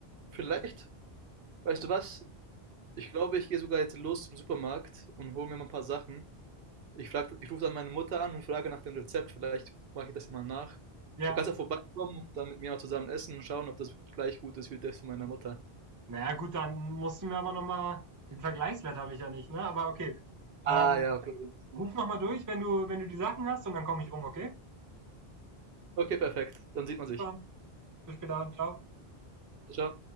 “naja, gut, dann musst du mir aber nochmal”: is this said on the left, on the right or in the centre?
Right